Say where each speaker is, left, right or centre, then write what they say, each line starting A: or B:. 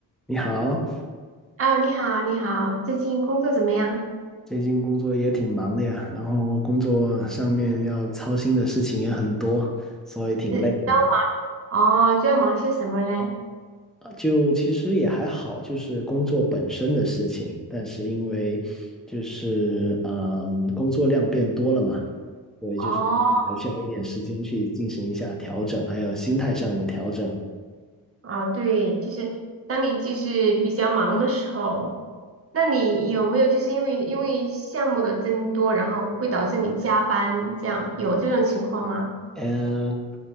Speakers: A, in the centre; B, on the right.
A: 你好，
B: 啊，你好，你好，最近工作怎么样？
A: 最近工作也挺忙的呀，然后工作上面要操心的事情也很多，所以挺累的。
B: 是比较忙哦，最要忙些什么嘞？
A: 呃就其实也还好，就是工作本身的事情，但是因为就是嗯工作量变多了嘛，所以就是还需要一点时间去进行一下调整，
B: 哦，
A: 还有心态上的调整。
B: 啊，对，就是当你就是比较忙的时候，那你有没有就是因为因为项目的增多，然后会导致你加班，这样有这种情况吗？
A: 嗯，